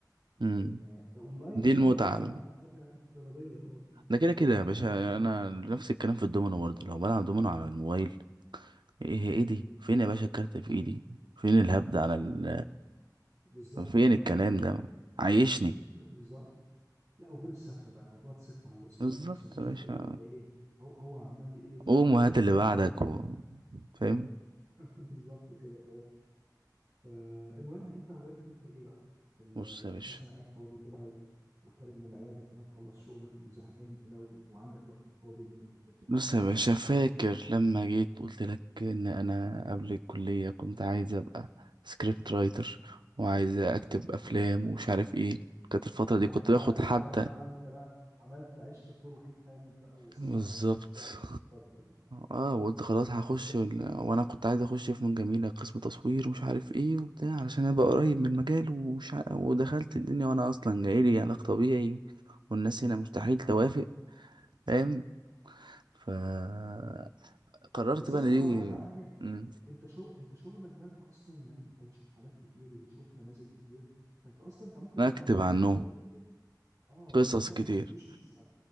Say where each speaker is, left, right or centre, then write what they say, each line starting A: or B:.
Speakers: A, on the right; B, on the right.
A: لكن
B: امم
A: آه، اونلاين
B: دي
A: انت
B: المتعه
A: بقى بتلعب على حاجه افتراضيه اه يعني انت
B: ده
A: بتلعب
B: كده كده
A: شطرنج
B: يا باشا
A: فعلا
B: انا نفس الكلام في الدومينو برضه لو بلعب دومينو على الموبايل ايه ايه دي
A: مم.
B: فين يا باشا الكارت في ايدي فين الهبد على ال
A: بالظبط
B: آه، فين
A: اه
B: الكلام
A: اه
B: ده عايشني
A: اه بالظبط لا وغير السفه بقى موضوع تسف على اللي قصادك
B: بالظبط
A: مثلا تشوف
B: يا باشا
A: كده اللي انت ايه هو هو عمال ايه فاكر
B: قوم وهات
A: هو قفلها
B: اللي بعدك
A: عليك
B: و...
A: وانت
B: فاهم
A: <laughs> بالظبط كده اه فالمهم انت هوايتك انت ايه بقى في ال- لما
B: بص يا باشا
A: تكون مثلا قاعد فاضي كده و... وخارج من العياده كده مخلص شغلك وزهقان كده و... وعندك وقت فاضي ممكن انت في حاجه
B: بص
A: تعمل
B: يا باشا
A: ايه
B: فاكر لما جيت قلت لك ان انا قبل الكلية كنت عايز ابقى سكريبت رايتر وعايز اكتب افلام ومش عارف ايه كانت الفترة
A: وقعدت
B: دي كنت باخد
A: بقى
B: حتى
A: عملت عملت بقى عملت عشت في دور وحيد حامد بقى وسام
B: بالظبط
A: قمر وكاشه فاكر الفتره دي
B: اه وقلت خلاص هخش
A: اه
B: ال... وانا كنت عايز اخش فنون جميله قسم تصوير ومش عارف ايه وبتاع علشان ابقى قريب من المجال ومش ع... ودخلت الدنيا وانا اصلا جايلي علاج طبيعي والناس هنا مستحيل توافق فاهم فقررت
A: بس
B: بقى
A: انا
B: ان
A: هقول
B: دي
A: لك على حاجه
B: مم،
A: انت شغل انت شغلك ده انت اصلا يعني انت بتشوف حالات كتير وبتشوف نماذج كتير فانت اصلا انت ممكن
B: اكتب
A: تطلع منه
B: عنهم
A: ب... ب... ب... اه
B: قصص
A: يعني هما
B: كتير
A: البيشنس او